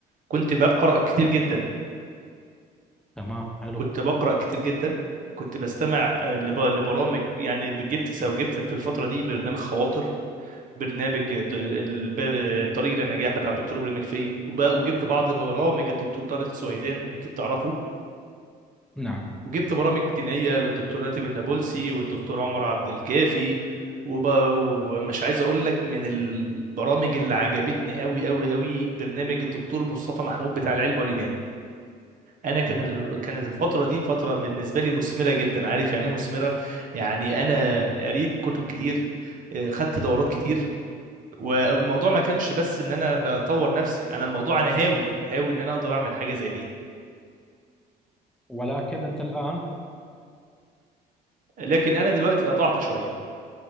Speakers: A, on the right (about 50°); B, in the centre.
A: كنت بقرا كتير جدا
B: تمام حلو
A: كنت بقرا كتير جدا كنت بستمع آه، لب- لبرامج يعني جبت او جبت في الفتره دي برنامج خواطر برنامج د- الب- آه، طريق للنجاح بتاع الدكتور ابراهيم الفقي وب- وجبت بعض برامج الدكتور طارق سويدان اكيد تعرفه
B: نعم
A: وجبت برامج دينية للدكتور راتب النابلسي والدكتور عمر عبد الكافي وب... ومش عايز اقول لك من البرامج اللي عجبتني قوي قوي قوي برنامج الدكتور مصطفى محمود بتاع العلم والايمان انا كان
B: نعم
A: ال... كانت الفتره دي فتره بالنسبه لي مثمره جدا عارف يعني ايه مثمره يعني انا قريت كتب كتير آه، خدت دورات كتير والموضوع ما كانش بس ان انا بطور نفسي انا الموضوع انا هاوي هاوي ان انا اقدر اعمل حاجه زي دي
B: ولكن انت الان
A: لكن انا دلوقتي قطعت شويه